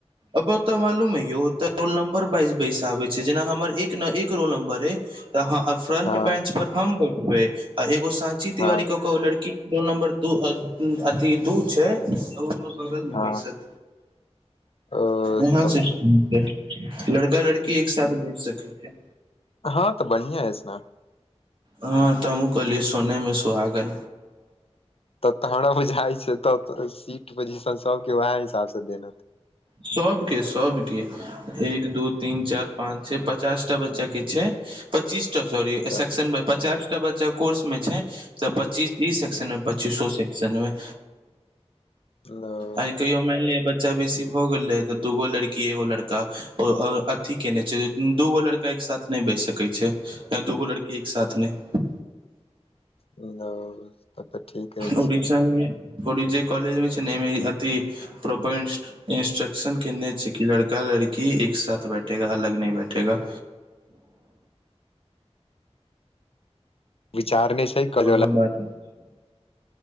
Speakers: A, on the right; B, on the left.
A: अब तऽ मालूम है यौ रोल नम्बर बाइस बाजि बैसाबे छै जेना हमर एक न एक रौल नम्बर अय तऽ फ्रंट
B: हँ
A: बेंच पर हम बैठबै आ एगो सााँची तिवारी
B: हँ
A: को लड़की रोल नम्बर द अथ दू छै बगलमे
B: हँ
A: बैसत
B: ओ
A: एना
B: तब
A: सिस्टम छै लड़का लड़की एक साथ बैस सै छै
B: हँ तऽ बढ़िआ अछि ने
A: हँ त हमू कहलियै सोनेमे सुहागा
B: तऽ तोरो जाइ छै त सीट पोजिशन सबके उएह हिसाबसँ देन
A: सबके सबके एक दू तीन चार पाँच छै पचासटा बच्चा के छै पच्चीस अच्छा साॅरी ए
B: तऽ
A: सेक्शनमे पचासटा बच्चा कोर्स मे छै त पच्चीस तीस एक
B: हाँ,
A: संग पच्चीस सए सेकसनमे
B: ल-
A: आर कहियो मानि लिय ब बच्चा बेसी भ गेलै तऽ दूगो लड़की एगो लड़का अथी केने छै दूगो लड़का एक साथ नहि बहि सकै छै यह दूगो लड़की एक साथ नहि
B: ओ सब तऽ ठीके
A: उड़ीसा
B: छै
A: जे कॉलेज मे छै नेमे अ प्रपंट इंस्ट्रक्शन केने छै कि लड़का लड़की एक साथ बैठेगा अलग नहि बैठेगा
B: विचारने छै करैवला
A: ओहे बात